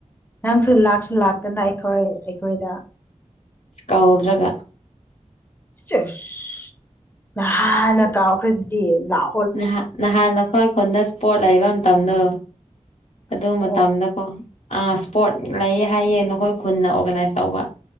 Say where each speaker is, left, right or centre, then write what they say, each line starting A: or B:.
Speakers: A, on the left (about 15°); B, on the left (about 60°).
A: ꯅꯪꯁꯨ ꯂꯥꯛꯁꯨ ꯂꯥꯛꯇꯅ ꯑꯩꯈꯣꯏ ꯑꯩꯈꯣꯏꯗ
B: ꯀꯧꯗ꯭ꯔꯒ
A: ꯁꯦꯁ ꯅꯍꯥꯟꯅ ꯀꯥꯎꯈ꯭ꯔꯦ ꯑꯗꯨꯗꯤ ꯂꯥꯎ
B: ꯅꯍ ꯅꯍꯥꯟ ꯅꯈꯣꯏ ꯈꯨꯟꯗ ꯏꯁꯄꯣꯔꯠ ꯂꯩꯕ ꯃꯇꯝꯗꯣ ꯑꯗꯨ
A: ꯏꯁꯄꯣꯔꯠ
B: ꯃꯇꯝꯗ ꯑꯣ ꯑ ꯁꯄꯣꯔꯠ ꯂꯩ ꯍꯥꯏꯌꯦ ꯅꯈꯣꯏ ꯈꯨꯟꯅ ꯑꯣꯔꯒꯅꯥꯏꯁ ꯇꯧꯕ꯫